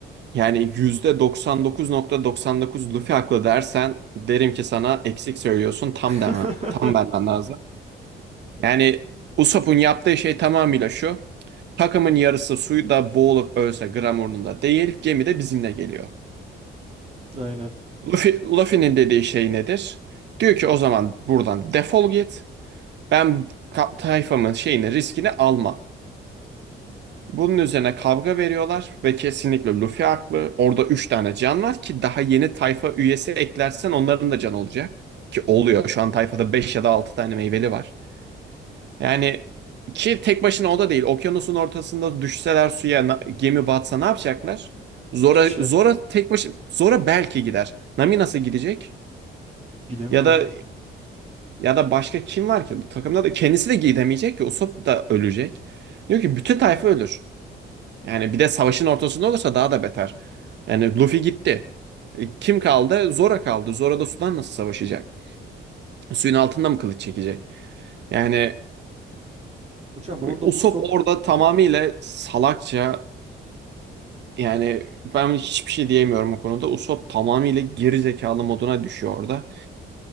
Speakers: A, on the right; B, on the right.
A: Yani %99.99 Luffy haklı dersen derim ki sana eksik söylüyorsun tam
B: <laughs>
A: deme. Tam vermen lazım. Yani Usopp'un yaptığı şey tamamıyla şu. Takımın yarısı suyda boğulup ölse gram umurunda değil gemi de bizimle geliyor.
B: Aynen.
A: Luffy, Luffy'nin dediği şey nedir? Diyor ki o zaman buradan defol git. Ben ka- tayfamın şeyini riskini almam. Bunun üzerine kavga veriyorlar ve kesinlikle Luffy haklı. Orada 3 tane can var ki daha yeni tayfa üyesi eklersen onların da can olacak. Ki oluyor. Şu an tayfada 5 ya da 6 tane meyveli var. Yani ki tek başına o da değil. Okyanusun ortasında düşseler suya na- gemi batsa ne yapacaklar? Zora
B: Hiçbir şey.
A: Zora tek başına Zora belki gider. Nami nasıl gidecek?
B: Gidemez
A: Ya
B: hocam.
A: da ya da başka kim var ki? Bu takımda da kendisi de gidemeyecek ki. Usopp da ölecek. Diyor ki bütün tayfa ölür. Yani bir de savaşın ortasında olursa daha da beter. Yani Luffy gitti. E, Kim kaldı? Zora kaldı. Zora da sudan nasıl savaşacak? Suyun altında mı kılıç çekecek? Yani
B: Hocam orada
A: Usopp
B: Usopp
A: orada tamamıyla salakça yani ben hiçbir şey diyemiyorum o konuda. Usopp tamamıyla geri zekalı moduna düşüyor orada.